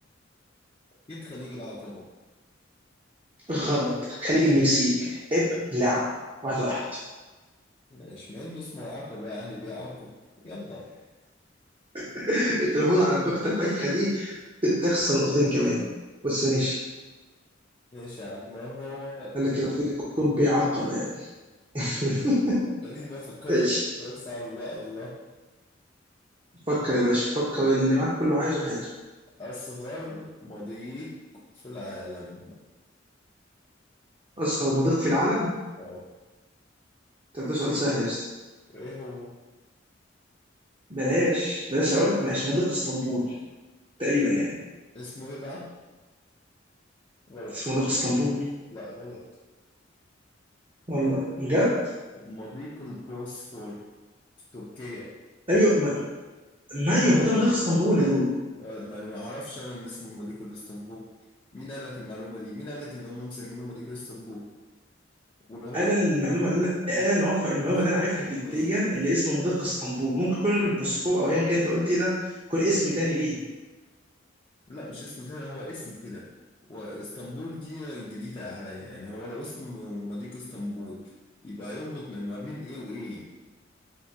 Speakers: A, on the left (about 25°); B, on the right (about 30°).
A: أكيد خليج العقبة
B: غلط خليج المكسيك ابلع واحد واحد
A: ماشي مع إنه اسمه العقبة يعني بيعاقب يلا
B: <laughs> انت المفروض على النكته البايخه دي تخسر نقطتين كمان بس ماشي
A: ماشي يا عم ما هو
B: قال لك المفروض يكون بيعقب يعني <laughs>
A: خليني بقى أفكر
B: ماشي
A: لك في سؤال صعب بقى الله
B: فكر يا باشا فكر اللي معاك كله عايزه حياته
A: أصغر مضيق في العالم
B: اصغر مضيق في العالم
A: أه
B: طب ده سؤال سهل يا اسطى
A: إيه هو
B: بلاش بلاش اقول ماشي مضيق اسطنبول تقريبا يعني
A: اسمه إيه بقى؟ غلط
B: اسمه مضيق اسطنبول
A: لا غلط
B: والله بجد
A: مضيق البوسفور في تركيا
B: ايوه ما ما ايوه ما ده مضيق اسطنبول يا دود
A: أه، ما ما أعرفش أنا إن اسمه مضيق الإسطنبول مين قال لك المعلومة دي؟ مين قال لك إن هم مسمينه مضيق الإسطنبول؟ ولو هو
B: انا المعلومه اللي انا
A: يبقى
B: انا اللي عارفها المعلومه
A: بص،
B: اللي انا
A: إن
B: عارفها جديا
A: هو إيه؟
B: اللي اسمه مضيق اسطنبول ممكن يكون البوسفور او ايا كان انت قلت ايه ده يكون اسم تاني ليه
A: لا مش اسم تاني هو اسمه كده واسطنبول دي جديدة عليا يعني هو لو اسمه مضيق اسطنبول يبقى هيربط ما بين ايه وايه